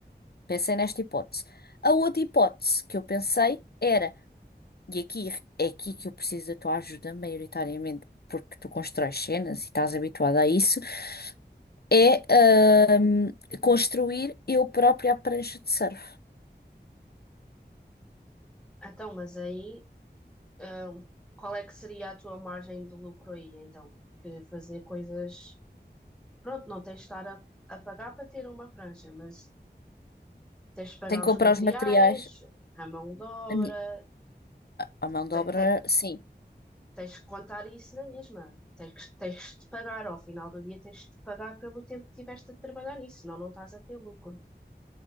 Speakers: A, on the left; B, in the centre.
A: Pensei nesta hipótese. A outra hipótese que eu pensei era, e aqui é aqui que eu preciso da tua ajuda maioritariamente, porque tu constróis cenas e estás habituada a isso, é ahm, construir eu própria a prancha de surf.
B: então, mas aí, hum, qual é que seria a tua margem de lucro aí, então? Que fazer coisas... Pronto, não tens de estar a, a pagar para ter uma prancha, mas tens de pagar
A: Tenho que
B: os
A: comprar
B: materiais,
A: os materiais.
B: a mão de obra,
A: A minha- a mão de
B: te-
A: obra,
B: te-
A: sim.
B: tens que contar isso na mesma. Tens, que- tens de pagar, ao final do dia tens de pagar pelo tempo que tiveste a trabalhar nisso, senão não estás a ter lucro.